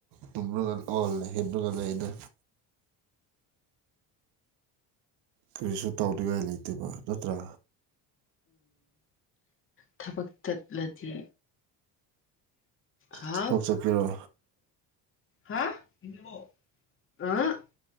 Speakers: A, on the right; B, on the left.
A: ꯇꯨꯝꯒ ꯑꯣꯜꯂ ꯍꯦꯟꯂꯒ ꯑꯩꯅ ꯀꯔꯤꯁꯨ ꯇꯥꯎꯅꯤꯡꯉꯥꯏ ꯂꯩꯇꯦꯕ ꯅꯠꯇ꯭ꯔꯥ
B: ꯊꯕꯛ ꯆꯠꯂꯗꯤ ꯍꯥꯥꯎ
A: ꯊꯕꯛ ꯆꯠꯀꯦꯔꯣ
B: ꯍꯥ ꯑꯍꯛ